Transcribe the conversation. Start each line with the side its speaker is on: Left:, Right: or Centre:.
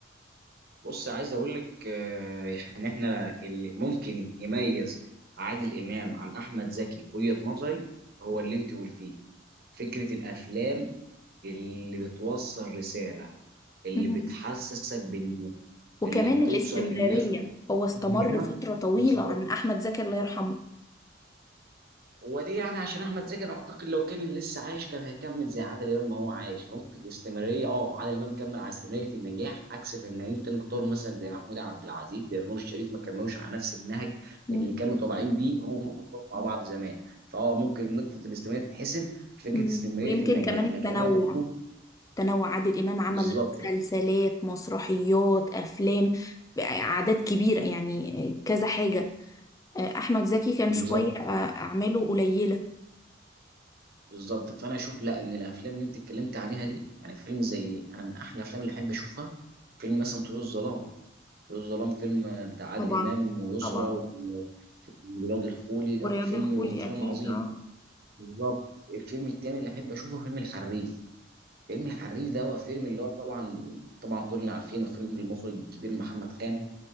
Right: بص عايز اقول لك آه، يعني احنا اللي ممكن يميز عادل امام عن احمد زكي في وجهه نظري هو اللي انت قلتيه فكره الافلام اللي بتوصل رساله اللي
Left: مم.
Right: بتحسسك بالناس
Left: وكمان
Right: اللي بتوصل
Left: الاستمرارية
Right: للناس
Left: هو استمر
Right: هنا
Left: فترة طويلة
Right: بالظبط.
Left: عن أحمد زكي الله يرحمه
Right: ودي يعني عشان احمد زكي اعتقد لو كان لسه عايش كان هيكمل زي عادل امام ما هو عايش في نقطه الاستمراريه اه عادل امام كمل على استمراريه النجاح عكس فنانين تاني كتار
Left: مم.
Right: مثلا زي محمود عبد العزيز زي نور الشريف ما كملوش على نفس النهج
Left: مم.
Right: اللي كانوا طالعين بيه هم كلهم مع بعض زمان فهو ممكن نقطه الاستمراريه تتحسب فكره
Left: مم.
Right: استمراريه
Left: ويمكن
Right: النجاح
Left: كمان التنوع
Right: لكن انا بشوف
Left: تنوع عادل إمام عمل
Right: بالظبط
Left: مسلسلات مسرحيات أفلام أعداد كبيرة يعني كذا حاجة آه، احمد زكي كان
Right: بالظبط
Left: شويه آه، اعماله قليله
Right: بالظبط فانا اشوف لا ان الافلام اللي انت اتكلمت عليها دي يعني فيلم زي انا من احلى الافلام اللي احب اشوفها فيلم مثلا طيور الظلام طيور الظلام فيلم بتاع عادل
Left: طبعا
Right: امام ويسرى
Left: طبعا
Right: و- ورياض الخولي لا
Left: ورياض
Right: فيلم
Left: الخولي
Right: من فيلم
Left: اكيد
Right: عظيم
Left: اه
Right: بالظبط الفيلم التاني اللي احب اشوفه فيلم الحريف فيلم الحريف ده هو فيلم اللي هو طبعا طبعا كلنا عارفينه فيلم المخرج الكبير محمد خان